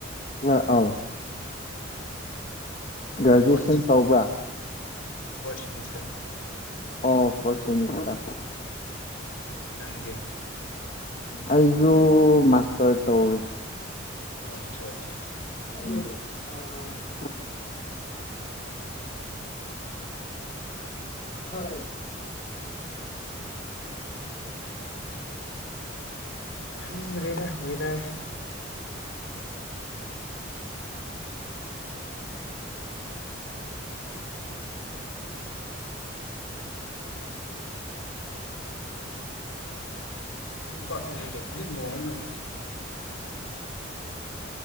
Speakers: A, on the left; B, on the left.
A: ꯑ ꯑꯥꯎ ꯒ꯭ꯔꯦꯖꯨꯑꯦꯁꯟ
B: ꯐ
A: ꯇꯧꯕ꯭ꯔꯥ
B: ꯐꯣꯔ ꯁꯦꯃꯤꯁꯇꯔ
A: ꯑꯣ ꯐꯔꯁꯦꯃꯤꯁꯥ
B: ꯅꯪꯗꯤꯦ
A: ꯑꯩꯁꯨ ꯃꯥꯁꯇꯔ ꯇꯧꯋꯔꯤ
B: ꯑꯆꯥ ꯑꯠꯆꯥ
A: <inaudible> ꯍꯣꯏ il.......
B: ꯍꯪ꯭ꯔꯦꯗ ꯍꯋꯗ ꯀꯆ ꯆꯚꯗ ꯅꯉꯣꯏꯅꯣꯏ